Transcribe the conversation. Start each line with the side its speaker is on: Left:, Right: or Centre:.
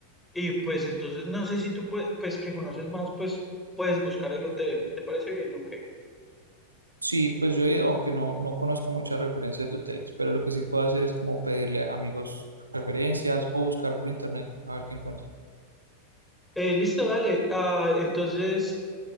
Centre: y pues entonces no sé si tú pue- pues que conoces más, pues puedes buscar el hotel. ¿Te parece bien? Ok.
Right: Sí, pues yo he ido, aunque no, no conozco muchas referencias de hoteles, pero lo que sí puedo hacer es como pedirle a amigos referencias o buscar por internet a ver qué encuentro.
Centre: Eh, listo, dale. Ah, entonces,